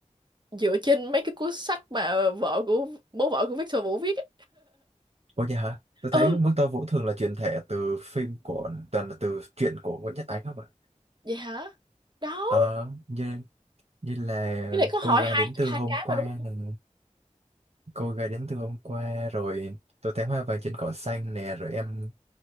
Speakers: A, on the right; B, on the right.
A: dựa trên mấy cái cuốn sách mà vợ của bố vợ của Victor Vũ viết á.
B: Ôi nhà hả? Tôi
A: ừ
B: thấy Mức Tơ Vũ thường là chuyển thể từ phim của toàn là từ truyện của Nguyễn Nhật Ánh không ạ?
A: vậy hả đó
B: Ờ, như như là
A: cái này có hỏi
B: cô gái
A: hai
B: đến từ
A: hai
B: hôm
A: cái
B: qua
A: mà đúng không?
B: này. cô gái đến từ hôm qua rồi tôi thấy hoa vàng trên cỏ xanh nè rồi em